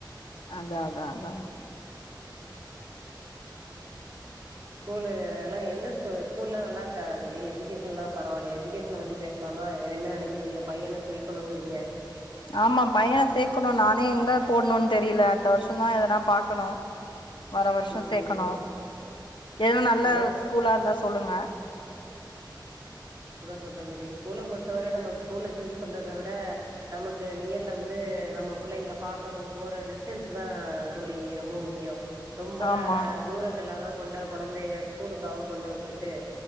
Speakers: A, on the left (about 85°); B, on the right (about 40°).
A: அதான் அதான் அதான்
B: ஸ்கூலூ எல்லாம் எந்த ஸ்கூல் ஸ்கூல்லாங் நல்லா இருக்கா தோழி எஜுகேஷன்ல்லா பரவால்லயா எஜுகேஷன் பத்தி பேசலாம என்ன நினைக்கிறீங்க பையன சேர்க்கணூங்கிறீங்க
A: ஆமா பையன சேர்க்கணூம் நானே எங்க போட்ணும் தெரியல அடுத்த வருஷம்தா எதனா பாக்கணும் வர வருஷம்
B: ம்.
A: சேக்கணு ஏதுனா நல்ல
B: நமக்கு
A: ஸ்கூலா இருந்தா சொல்லுங்க
B: சொல்ற தோழி ஸ்கூல பொறுத்தவர நம்ம ஸ்கூல்ல சூஸ் பண்றத விட நமக்கு நியர்ல வந்து நம்ம புள்ளைங்க பாக்கணு போற டிஸ்டன்ஸ்தா தோழி ரொம்ப முக்கியம் ரொம்ப
A: ஆமா
B: தூரத்துலல்லா கொண்ட கொழந்தய ஸ்கூலுக்காக கொண்டு விட்டுட்டு